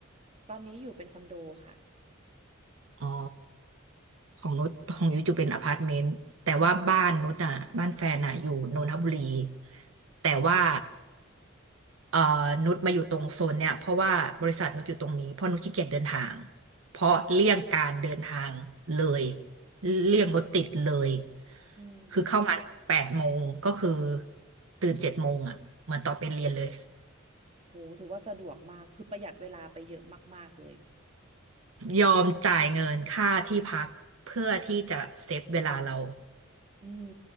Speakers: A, on the right; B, on the right.
A: ตอนนี้อยู่เป็นคอนโดค่ะ
B: อ๋อของนุชของยุ้ยอยู่เป็นอพาร์ตเมนต์แต่ว่าบ้านนุชอ่ะบ้านแฟนอ่ะอยู่นนทบุรีแต่ว่า เอ่อนุชมาอยู่ตรงโซนเนี่ยเพราะว่าบริษัทนุชอยู่ตรงนี้เพราะนุชขี้เกียจเดินทางเพราะเลี่ยงการเดินทางเลยเลี่ยงรถติดเลย
A: อืม
B: คือเข้างานแปดโมงก็คือตื่นเจ็ดโมงอ่ะเหมือนตอนไปเรียนเลย
A: โหถือว่าสะดวกมากคือประหยัดเวลาไปเยอะมากๆเลย
B: ยอมจ่ายเงินค่าที่พักเพื่อที่จะเซฟเวลาเรา
A: อืม